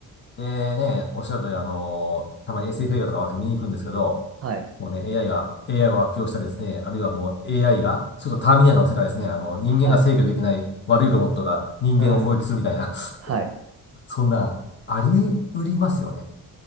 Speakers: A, on the left; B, on the right.
A: でね、おっしゃる通り、あの、たまに SF 映画とか私見に行くんですけど、
B: はい。
A: もうね、AI が、AI を悪用したりですね、あるいはもう AI が、そうそうターミネーターの世界ですね、あの、人間が制御できない悪いロボットが人間を攻撃するみたいな、
B: はい。うん。はい。
A: <laughs> そんな、あり得りますよね。